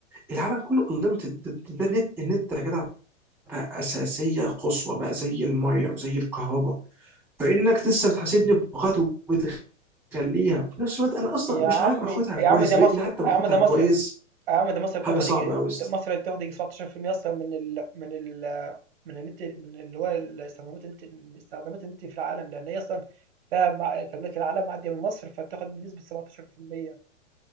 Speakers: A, in the centre; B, on the right.
A: العالم كله انليمتد ده ده ده النت النت يا جدع بقى اساسيه قصوى بقى زي الميه وزي الكهرباء فانك لسه بتحاسبني
B: مم.
A: بقات وبتخليها في نفس الوقت انا اصلا
B: يا
A: مش
B: عم
A: عارف اخدها كويس
B: يا عم ده
A: يا
B: مصر
A: ريتني حتى
B: يا
A: باخدها
B: عم ده
A: كويس
B: مصر يا عم ده مصر بتاخد
A: حاجه صعبه
B: يجي
A: قوي
B: ده مصر بتاخد يجي 17% اصلا من ال من ال من النت من اللي هو استخدامات النت استخدامات النت في العالم لان هي اصلا فيها مع- تملك العالم معديه من مصر فبتاخد بنسبه 17%